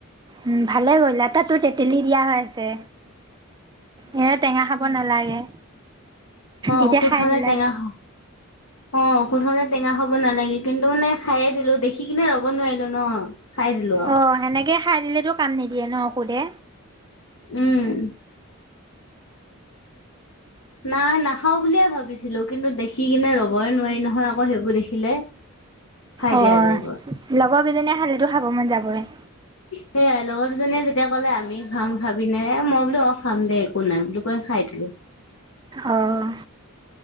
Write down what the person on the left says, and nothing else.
অ
ঔষুধ
হলে
টেঙা হ অ ঔুধ হলে টেঙা হব নালাগে কিন্তু মানে খায়ে দিলো দেখি কিনে ৰ'ব নোৱাৰিলো ন, খাই দিলো আৰু
উম! নাই নাখাও বুলিয়ে ভাবিছিলো কিন্তু দেখি কিনে ৰ'বই নোৱাৰি নহয় আকৌ সেইবোৰ দেখিলে। <inaudible>
দিয়া যায়গৈ
সেই হল জীয়ে যেতিয়া ক'লে আমি খাম খাবিে মই বোলো অ খাম দে একো নাই বুলি কৈ খাই দিলো। <inaudible>